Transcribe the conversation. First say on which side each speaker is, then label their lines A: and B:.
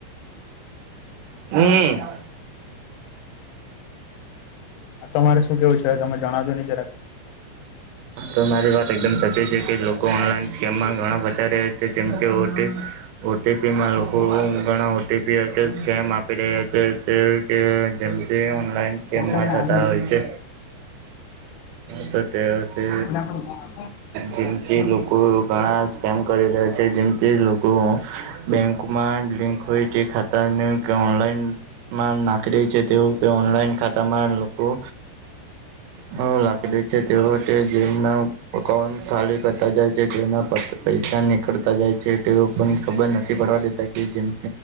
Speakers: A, on the right; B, on the left.
A: હમ્મ
B: આ તમારે શું કેવું છે તમે જણાવજો ની જરાક
A: તમારી વાત એકદમ સાચી છે કે લોકો ઓનલાઈન સ્કેમમા ઘણા ફસાઈ રહ્યા છે જેમકે ઓ ટી ઓટીપીમાં લોકો ઘણા ઓટીપી કે સ્કેમ આપી રહ્યા છે જે કે કેમકે ઓનલાઇન
B: મુંતાઇના
A: આવયચે ત તે તે
B: આપડું
A: જેમકે લોકો ઘણા સ્કેમ કરી રહ્યા છે, જેમકે લોકો બેંકમાં લિંક હોય તે ખાતાને ક ઓનલાઈનમાં નાખી દેય છે. તેવું તે ઓનલાઈન ખાતામા ઓ હું લાખી દેય છે, તેઓ તે જે એના અકાઉન્ટ ખાલી કરતા જાય છે જેના પૈસા નીકળતા જાય છે. તેઓ પણ ખબર નથી પડવા દેતા કે જેમ